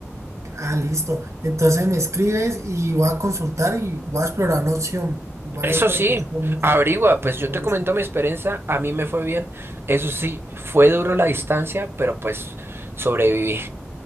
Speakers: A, on the right (about 75°); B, on the right (about 50°).
A: Ah, listo. Entonces me escribes y voy a consultar y voy a explorar la opción. Igual
B: Eso
A: ahí te
B: sí,
A: agradezco mucho.
B: averigua, pues
A: por
B: yo
A: todo
B: te comento
A: eso.
B: mi experiencia, a mí me fue bien. Eso sí, fue duro la distancia, pero pues sobreviví.